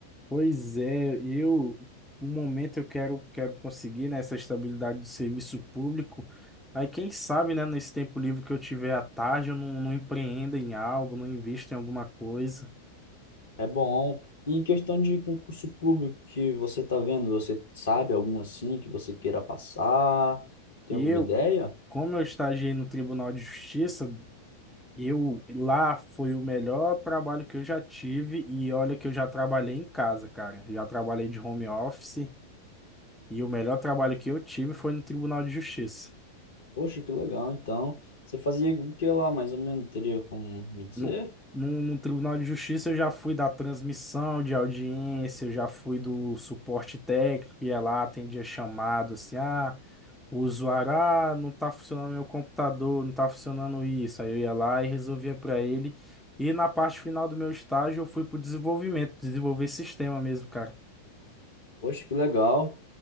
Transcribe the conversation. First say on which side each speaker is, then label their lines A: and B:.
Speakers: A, in the centre; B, on the left (about 60°).
A: Pois é, eu, no momento eu quero, quero conseguir, né, essa estabilidade do serviço público. Aí quem sabe, né, nesse tempo livre que eu tiver à tarde, eu não, não empreenda em algo, não invisto em alguma coisa.
B: É bom. E em questão de concurso público que você tá vendo, você sabe algum assim que você queira passar? Tem
A: E
B: alguma
A: eu,
B: ideia?
A: como eu estagiei no Tribunal de Justiça, Eu lá foi o melhor trabalho que eu já tive e olha que eu já trabalhei em casa, cara. Já trabalhei de home office e o melhor trabalho que eu tive foi no Tribunal de Justiça.
B: Poxa, que legal. Então, você fazia o que lá, mais ou menos? Teria como me dizer?
A: No, no, no Tribunal de Justiça eu já fui da transmissão de audiência, eu já fui do suporte técnico, ia lá, atendia chamado, assim, ah, o usuário, ah, não tá funcionando meu computador, não tá funcionando isso. Aí eu ia lá e resolvia para ele. E na parte final do meu estágio eu fui pro desenvolvimento, desenvolver sistema mesmo, cara.
B: Poxa, que legal.